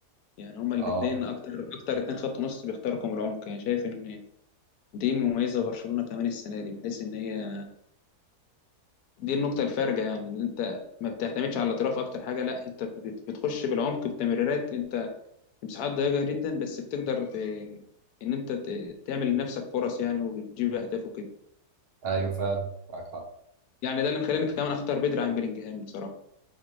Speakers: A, on the left; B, on the right.
A: يعني هما الاثنين
B: اه
A: اكتر اكتر اتنين خط نص بيخترقوا من العمق يعني شايف ان دي مميزه برشلونه كمان السنه دي بحيث ان هي دي النقطه الفارقه يعني ان انت ما بتعتمدش على الاطراف اكتر حاجه لا انت بت- بتخش بالعمق بتمريرات انت مساحات ضيقه جدا بس بتقدر ت... ان انت ت... تعمل لنفسك فرص يعني وبتجيب اهداف وكده
B: ايوه فعلا معاك حق
A: يعني ده اللي مخليني كمان اختار بدري عن بيلينجهام بصراحه